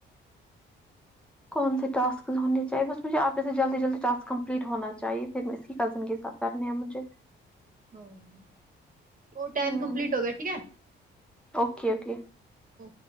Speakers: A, in the centre; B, on the right.
A: کون سے ٹسکس ہونے چاہے بس مجھے آپ مے سے جلدی جلدی ٹس کمپلیٹ ہونا چاہیے پھر اس کی کزن کے ساتھ کرنے ہیں مجھے
B: اور ٹائم
A: ہ
B: کمپلیٹ ہو گیا ٹھیک ہے
A: اوکے اوکے
B: ہے